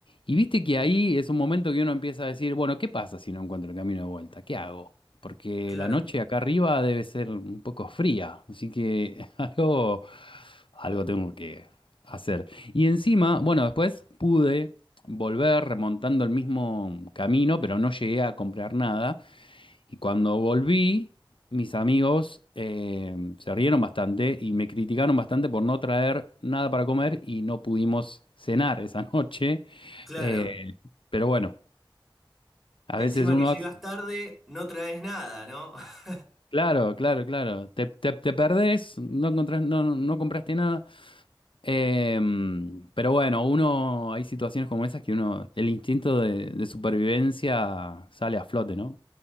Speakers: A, on the left; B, in the centre.
A: Y viste que ahí es un momento que uno empieza a decir, bueno, ¿qué pasa si no encuentro el camino de vuelta? ¿Qué hago? Porque
B: claro,
A: la noche acá arriba debe ser un poco fría, así que <laughs> algo, algo tengo que hacer. Y encima, bueno, después pude volver remontando el mismo camino, pero no llegué a comprar nada. Y cuando volví, mis amigos eh, se rieron bastante y me criticaron bastante por no traer nada para comer y no pudimos cenar esa <laughs> noche.
B: claro.
A: Eh, pero bueno, a
B: Encima
A: veces uno
B: que llegas
A: hace...
B: tarde, no traes nada, ¿no? <laughs>
A: Claro, claro, claro. Te, te, te perdés, no encontrás- no, no no compraste nada. Em, pero bueno, uno, hay situaciones como esas que uno, el instinto de, de supervivencia sale a flote, ¿no?